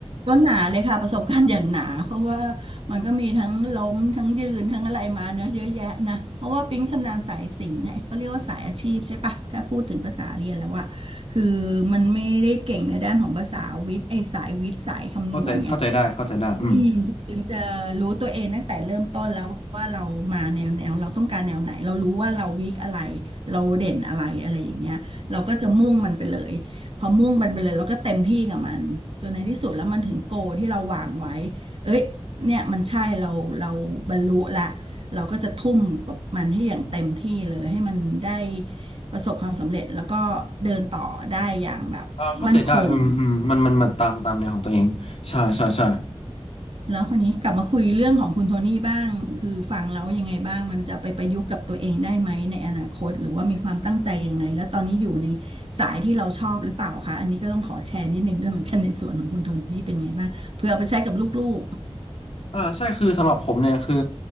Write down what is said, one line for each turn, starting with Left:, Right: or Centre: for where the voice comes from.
Right: ก็หนาเลยค่ะประสบการณ์อย่างหนาเพราะว่ามันก็มีทั้งล้มทั้งยืนทั้งอะไรมาเนอะเยอะแยะนะเพราะว่าปิ๊งชำนาญสายสิ่ง์เนี่ยเขาเรียกว่าสายอาชีพใช่ปะถ้าพูดถึงภาษาเรียนแล้วอะคือมันไม่ได้เก่งในด้านของภาษาวิทย์ไอ้สายวิทย์สายคำนวณไง
Left: เข้าใจเข้าใจได้เข้าใจได้อืม
Right: อืมถึงจะรู้ตัวเองตั้งแต่เริ่มต้นแล้วว่าเรามาแนวแนวเราต้องการแนวไหนเรารู้ว่าเราวีคอะไรเราเด่นอะไรอะไรอย่างเงี้ยเราก็จะมุ่งมันไปเลยพอมุ่งมันไปเลยเราก็เต็มที่กับมันจนในที่สุดแล้วมันถึงโกที่เราวางไว้เอ้ยเนี่ยมันใช่เราเราบรรลุละเราก็จะทุ่มกับมันให้อย่างเต็มที่เลยให้มันได้ประสบความสำเร็จแล้วก็เดินต่อได้อย่างแบบมั่นคง
Left: อ่าเข้าใจได้อืมอืมมันมันมันตามตามแนวของตัวเองใช่ใช่ใช่
Right: แล้วคนนี้กลับมาคุยเรื่องของคุณโทนี่บ้างคือฟังแล้วยังไงบ้างมันจะไปประยุกต์กับตัวเองได้ไหมในอนาคตหรือว่ามีความตั้งใจยังไงแล้วตอนนี้อยู่ในสายที่เราชอบหรือเปล่าคะอันนี้ก็ต้องขอแชร์นิดนึงด้วยเหมือนกันในส่วนของคุณโทนี่เป็นไงบ้างเพื่อเอาไปใช้กับลูก
Left: อ่าใช่คือสำหรับผมเนี่ยคือ